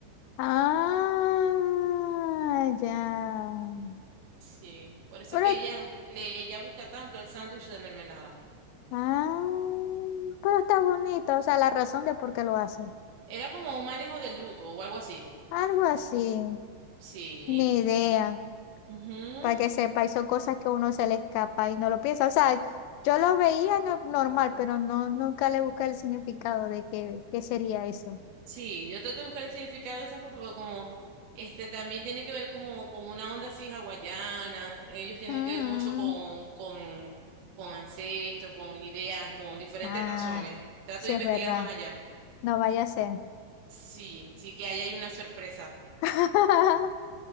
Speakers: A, on the left (about 85°); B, on the right (about 65°).
A: Ah, ya.
B: Sí, por eso
A: Pero,
B: que ella le ella busca tanto el sándwich de mermelada.
A: ah, pero está bonito, o sea, la razón de por qué lo hace.
B: Era como un manejo del luto o algo así.
A: Algo así,
B: Sí.
A: ni idea,
B: ujú,
A: para que sepa, y son cosas que a uno se le escapa y no lo piensa. O sea, yo lo veía no- normal, pero no, nunca le busqué el significado de qué, qué sería eso.
B: Sí, yo trato de buscar el significado de esas cosas porque como este también tiene que ver como con una onda así hawaiana, ellos tienen
A: Ujú.
B: que ver mucho con con con ancestros, con ideas, con diferentes
A: Ah,
B: razones. Trato
A: sí
B: de investigar
A: es verdad,
B: más allá.
A: no vaya a ser.
B: Sí, sí que ahí hay una sorpresa.
A: <laughs>